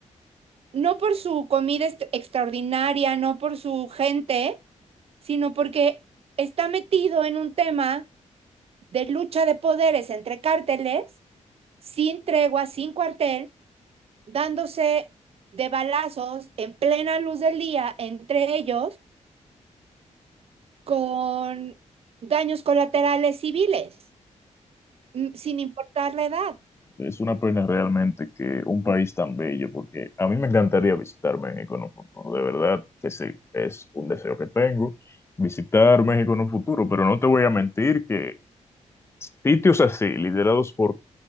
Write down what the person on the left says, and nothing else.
Es una pena realmente que un país tan bello, porque a mí me encantaría visitar México en un futuro, de verdad que sí, es un deseo que tengo, visitar México en un futuro, pero no te voy a mentir que sitios así, liderados por